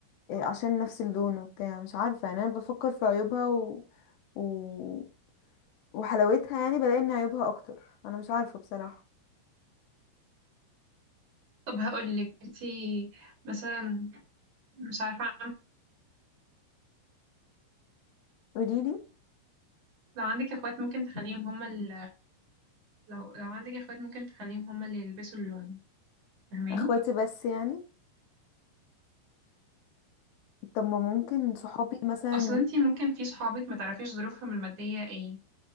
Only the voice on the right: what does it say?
طب هقول لك انت مثلا مش عارفة عم-
لو عندك اخوات ممكن تخليهم هما ال... لو لو عندك اخوات ممكن تخليهم هما اللي يلبسوا اللون فاهماني
اصلا انت ممكن في صحابك ما تعرفيش ظروفهم المادية ايه